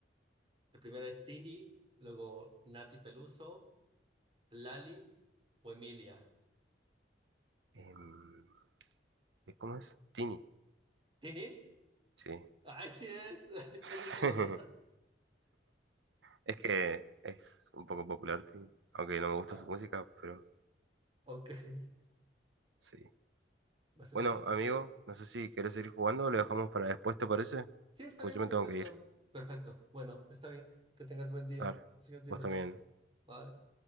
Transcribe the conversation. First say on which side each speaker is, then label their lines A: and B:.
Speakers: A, on the right; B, on the right.
A: La primera es Tini, luego Nati Peluso, Lali o Emilia.
B: Em, ¿y ¿cómo es? Tini,
A: ¿Tini?
B: sí.
A: ¡Ay, sí es! <laughs>
B: <laughs>
A: Yo nunca la vi.
B: Es que es un poco popular, Tini, aunque no me gusta
A: Ah,
B: su música, pero
A: ok. <laughs>
B: sí.
A: Me hace
B: Bueno,
A: falta. con-
B: amigo, no sé si querés seguir jugando o lo dejamos para después, ¿te parece?
A: Sí, está
B: porque
A: bien,
B: yo me
A: perfecto.
B: tengo que ir.
A: Perfecto. Bueno, está bien. Que tengas buen día.
B: Dale,
A: sigues viendo,
B: vos también.
A: Juan. Bye.